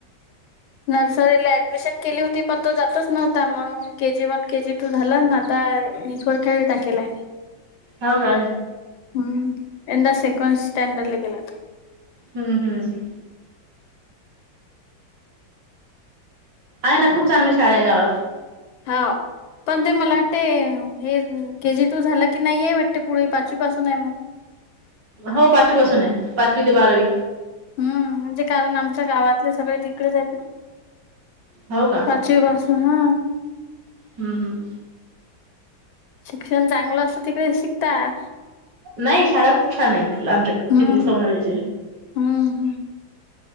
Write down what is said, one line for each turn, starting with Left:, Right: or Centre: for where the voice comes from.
Left: नर्सरीला ऍडमिशन केली होती पण - तो जातच नव्हता. मग केजी वन केजी टू- झालं ना आता मीर खेळी टाकलाय
Right: हो का
Left: हम्म यंदा सेकवंड स्टँडर्डला गेला
Right: हम्म हम्म आहे ना खूप चांगली शाळा आहे गावात
Left: हा पण ते मला वाटते हे के जी टू झाला की नाहीय वाटते पुढे पाचवी पासून आहे मग
Right: हो पाचवी पासून आहे पाचवी ते बारावी
Left: हम्म म्हणजे कारण आमच्या गावातले सगळे तिकडेच आहेत ना
Right: हो का
Left: पाचवी पासून हा
Right: हम्म हम्म
Left: शिक्षण चांगलं असतं तिकडे शिकतात
Right: नाही शाळा खूप छान आहेत आमच्या
Left: हम्म
Right: तिथली सोनाल्याची
Left: हम्म हम्म.